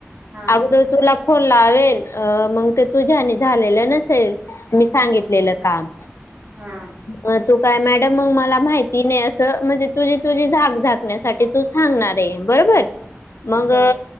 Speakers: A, on the right (about 40°); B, on the left (about 65°).
A: हा
B: अगोदर तुला फोन लावेल, अ मग ते तुझ्यानी झालेलं नसेल. मी सांगितलेलं
A: हा
B: काम,
A: हा
B: म तू काय म मग मला माहिती नाही असं म्हणजे तुझी तुझी झाक झाकण्यासाठी तू सांगणार आहे बरोबर? मग
A: बघ